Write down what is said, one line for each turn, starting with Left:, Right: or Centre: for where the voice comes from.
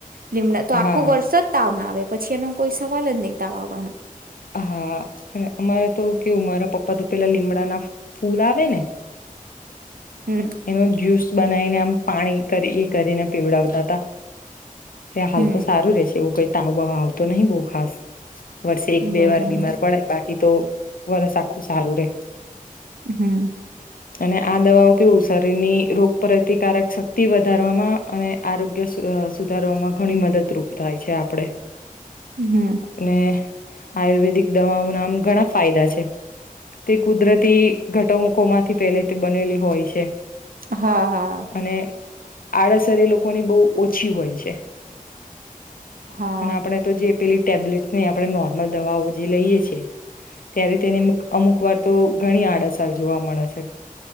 Right: લીમડા તો આખું
Left: હા
Right: વર્ષ જ તાવ ના આવે પછી એનો કોઈ સવાલ જ નહી તાવ આવવાનો.
Left: હા અને અમારા તો કેવું મારા પપ્પા તો પેલા લીમડાના ફૂલ આવે ને
Right: હમ
Left: એનો જ્યુસ બનાવીને આમ પાણી કરી કરીને પીવડાવતા હતા. એલે હાલ
Right: હમ
Left: તો સારું રહેશે એવું કઈ તાવ વાવ આવતો નહી બહુ ખાસ. વર્ષે એક બે
Right: બરાબર
Left: વાર બીમાર પડે બાકી તો વરસ આખું સારું રે.
Right: હમ્મ
Left: અને આ દવાઓ કેવું છે શરીરની રોગપતિકારક શક્તિ વધારવામાં અને આરોગ્ય સ સુધારવામાં ઘણી મદદરૂપ થાય છે આપડે.
Right: હમ
Left: અને આયુર્વેદિક દવાઓના આમ ઘણા ફાયદા છે તે કુદરતી ઘટમુકોમાંથી પહેલે તે બનેલી હોય છે.
Right: હા હા.
Left: અને આડઅસર એ લોકોની બહુ ઓછી હોય છે.
Right: હા
Left: અને આપણેે તો જે પેલી ટેબ્લેટને આપણે નોર્મલ દવાઓ જે લઈએ છીએ ત્યારે તેને અમુક વાર તો ઘણી આડત જોવા મળે છે